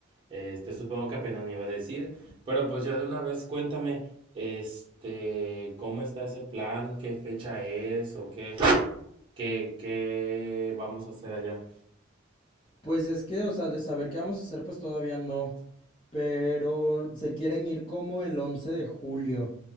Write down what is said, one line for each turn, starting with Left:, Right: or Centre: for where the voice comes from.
Right: este, supongo que apenas me iba a decir. Pero pues ya de una vez, cuéntame, este, ¿cómo está ese plan? ¿Qué fecha es o qué? ¿Qué, qué vamos a hacer allá?
Left: Pues es que, o sea, de saber qué vamos a hacer, pues todavía no. Pero se quieren ir como el 11 de julio,